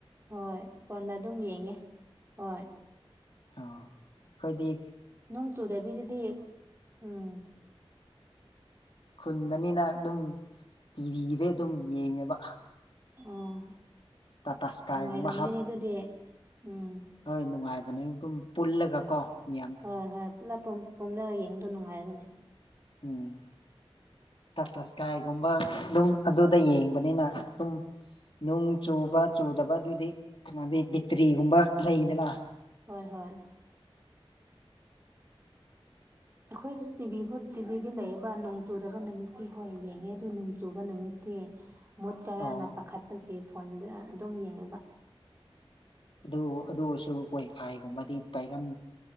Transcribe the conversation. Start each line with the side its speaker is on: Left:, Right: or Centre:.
Right: ꯍꯣꯢ ꯐꯣꯟꯗ ꯑꯗꯨꯝ ꯌꯦꯡꯉꯦ ꯍꯣꯢ
Left: ꯑꯣ ꯈꯣꯢꯗꯤ
Right: ꯅꯣꯡ ꯆꯨꯗꯕꯤꯗꯗꯤ ꯎꯝ
Left: ꯈꯨꯟꯗꯅꯤꯅ ꯑꯗꯨꯝ ꯇꯤꯚꯤꯗ ꯑꯗꯨꯝ ꯌꯦꯡꯉꯦꯕ
Right: ꯑꯣ
Left: ꯇꯥꯇꯥ ꯏꯁꯀꯥꯏꯒꯨꯝꯕ
Right: ꯅꯨꯡꯉꯥꯢꯔꯝꯗꯨꯏꯅꯦ ꯑꯗꯨꯗꯤ ꯎꯝ
Left: ꯍꯣꯢ ꯅꯨꯡꯉꯥꯢꯕꯅꯦ ꯗꯨꯨꯝ ꯄꯨꯜꯂꯒꯀꯣ ꯃꯤꯌꯥꯝ
Right: ꯍꯣꯢ ꯍꯣꯢ ꯄꯨꯂꯞ ꯄꯨꯝ ꯄꯨꯝꯅ ꯌꯦꯡꯕꯗꯣ ꯅꯨꯡꯉꯥꯢꯕꯅꯦ
Left: ꯑꯝ ꯇꯠꯇ ꯁ꯭ꯀꯥꯢꯒꯨꯝꯕ ꯑꯗꯨꯝ ꯑꯗꯨꯗ ꯌꯦꯡꯕꯅꯤꯅ ꯑꯗꯨꯝ ꯅꯨꯡ ꯆꯨꯕ ꯆꯨꯗꯕ ꯑꯗꯨꯗꯤ ꯀꯩꯅꯣꯗꯤ ꯕꯤꯠꯇ꯭ꯔꯤꯒꯨꯝꯕ ꯂꯩꯗꯅ
Right: ꯍꯣꯢ ꯍꯣꯢ ꯑꯩꯈꯣꯢꯗꯁꯨ ꯇꯤꯚꯤ ꯐꯨꯠ ꯇꯤꯚꯤꯗꯤ ꯂꯩꯌꯦ ꯕ ꯅꯣꯡ ꯆꯨꯗꯕ ꯅꯨꯃꯤꯠꯇꯤ ꯍꯣꯢ ꯌꯦꯡꯉꯦ ꯑꯗꯨ ꯅꯣꯡ ꯆꯨꯕ ꯅꯨꯃꯤꯠꯇꯤ ꯃꯨꯠꯀꯥꯔꯅ
Left: ꯑꯣ
Right: ꯄꯥꯈꯠ ꯒꯤ ꯐꯣꯟꯗ ꯑꯗꯨꯝ ꯌꯦꯡꯉꯦꯕ
Left: ꯑꯗꯨ ꯑꯗꯨꯑꯣꯢꯁꯨ ꯋꯥꯢꯐꯥꯢꯒꯨꯝꯕꯗꯤ ꯄꯔꯝ